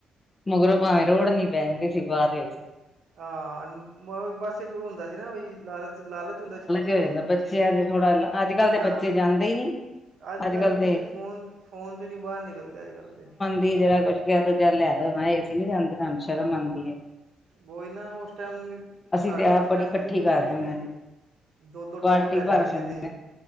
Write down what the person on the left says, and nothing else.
ਮਗਰੋ ਭਾਵੇਂ
ਰੋੜ
ਨੀ ਬਹਿਦੇ ਸੀ ਬਾਅਦ ਵਿੱਚ।
ਹੋ
ਜਾਂਦਾ
ਬੱਚਿਆਂ ਦੇ ਥੋੜਾ ਅੱਜ ਕੱਲ੍ਹ ਦੇ ਬੱਚੇ
ਜਾਂਦੇ ਹੀ ਨੀ
ਅੱਜ ਕੱਲ੍ਹ
ਵੀ ਜਿਹੜਾ ਕੁਛ ਕਿਹਾ ਜਾ ਲੈ ਲੋ ਇਹ ਅਸੀ ਨੀ ਜਾਂਦੇ ਸਾਨੂੰ ਸ਼ਰਮ ਆਦੀ ਐ।
ਤੇ ਆਪ
ਬੜੀ
ਇਕੱਠੀ
ਕਰ
ਦਿੰਦੇ
ਹਾਂ।
ਬਾਲਟੀ
ਭਰ
ਛੱਡਦੇ